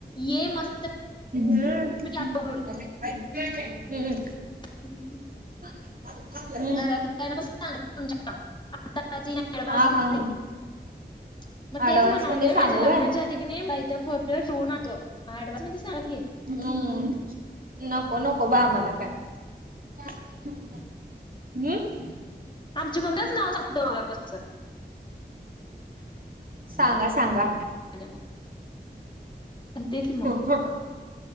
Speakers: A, on the left; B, on the right.
A: ये मस्त
B: <unintelligible>
A: <unintelligible>
B: <unintelligible> हम्म.
A: हम्मं <unintelligible>
B: <unintelligible>
A: घरातल्या सांगितलय तुमच्याकड आता
B: हा
A: कस <unintelligible>
B: हा
A: म तेच
B: ऍडव्हान्स
A: म्हणालोय
B: मध्ये सांगू
A: माझ्या लग्नाच्या
B: व्हय?
A: आधी कणी तोडा सोनातो ऍडवास म्हणजे सांग की. -
B: हम्म्ं नको नको बा आम्हाला कायं? <unintelligible> हंम्ं.
A: आमच्या मम्मी लाच नाव सागतो, बघा कसचं
B: सांगा. सांगा.
A: बघ सांगते की मग
B: <unintelligible> हा